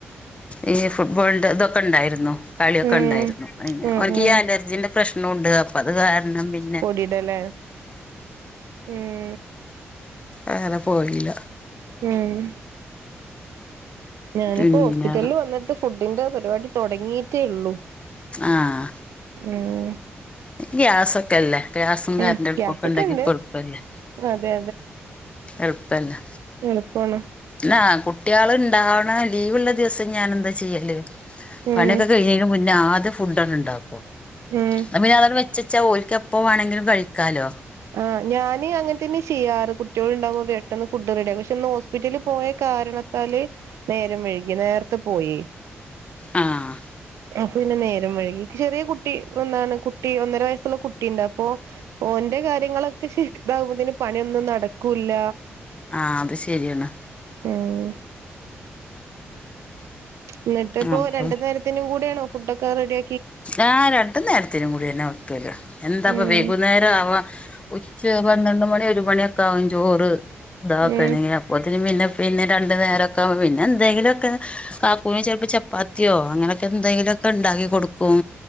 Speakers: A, on the left; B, on the right.
A: ഈ ഫുട്ബോളിന്റെ ഇതൊക്കെണ്ടായിരുന്നു. കളിയൊക്കെ
B: ഉം
A: ഉണ്ടായിരുന്നു. പിന്നെ
B: ഉം
A: ഓൻകീ
B: ഉം
A: ഈ അലർജീന്റെ പ്രശ്നൂണ്ട് അപ്പൊ അത് കാരണം പി
B: പൊടിടല്ലേ ഉം.
A: അങ്ങനെ പോയിലില്ല.
B: യെഹ് ഞാനിപ്പോ
A: പിന്നെ
B: ഹോസ്പിറ്റൽന്ന് വന്നിട്ട് ഫുഡിന്റെ പരിപാടി തുടങ്ങിട്ടേ ഉള്ളു.
A: ആഹാ
B: ഏാ
A: ഗ്യാസൊക്കെ അല്ലേ ഗ്യാസും കരണ്ടടുപ്പും
B: ഉം ഗ്യാസൊക്കെ
A: ഒക്കെണ്ടങ്ങി
B: ഉണ്ട്
A: കൊളുപ്പല്ലെ.
B: അതെ
A: എളുപ്പലേ.
B: എളുപ്പണ്.
A: ന്ന കുട്ടിയാള് ഇണ്ടാവ്ണ ലീവ്ള്ള ദിവസം ഞാൻ എന്താ ചെയ്യല്. പണിയൊക്കെ
B: ഉം
A: കയിണൻറമുന്നേ ആദ്യം ഫുഡ് ആണ്ട് ണ്ടാക്കും.
B: <unintelligible>
A: അപോഞാന്ത് വെച്ചെച്ചാ ഓൽക്ക് എപ്പോ വാണെങ്കിലും കഴിക്കാലോ.
B: ആഹാ ഞാന് അങ്ങൻതന്നെ ചെയ്യാറ് കുട്ട്യോള് ഉണ്ടാവുമ്പോ പെട്ടെന്ന് ഫുഡ് റെഡിയാകും പക്ഷെ ന്ന് ഹോസ്പിറ്റല പോയ കാരണത്താല് നേരം വഴികി നേരതെ പോയി.
A: ആഹാ
B: അപ്പൊ പിന്നെ നേരം വഴികി. ചെറിയ കുട്ടി എന്താണ് കുട്ടി ഒന്നര വയസ്സുള്ള കുട്ടിയുണ്ട് അപ്പോ. ഓന്റെ കാര്യങ്ങളൊക്കെ ശരിക്താകുമ്പോതിന് പണിയൊന്നും നടക്കൂല്ല.
A: ആഹാ അത് ശെരിയാണ്.
B: ഉം ന്നിട്ട് ഇപ്പോ
A: അപ്പൊ
B: രണ്ടു നേരത്തിനും കൂടെ ആണോ ഫുഡ് ഒക്കെ റെഡിയ
A: ആ രണ്ട് നേരത്തിനും കൂടിന്നെ വെക്കല് എന്താപ്പ
B: ഉം
A: വൈകുന്നേര ആവാ ഉച്ച പന്ത്രണ്ട് മണി ഒരു മണിയൊക്കെ ആകും ചോറ് ഇതാക്കണെങ്ങേ
B: ഉം
A: പോത്തിന് പിന്നെ പിന്നെ രണ്ടു നേരൊക്കെ പിന്നെന്തെങ്കിലുംക്കെ കാക്കൂന് ചെലപ്പൊ ചപ്പാ പാത്തിയോ അങ്ങനൊക്കെ എന്തെങ്കിലൊക്കെണ്ടാക്കി കൊടുക്കും.